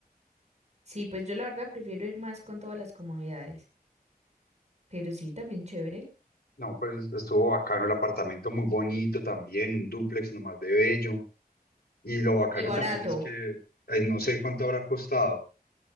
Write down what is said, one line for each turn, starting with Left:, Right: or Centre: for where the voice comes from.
Right: Sí, pues yo la verdad prefiero ir más con todas las comodidades. Pero sí, también chévere.
Left: No, pues estuvo bacano el apartamento, muy bonito también, un dúplex nomás de bello. Y lo bacano
Right: Y barato.
Left: también es que ay, no sé cuánto habrá costado,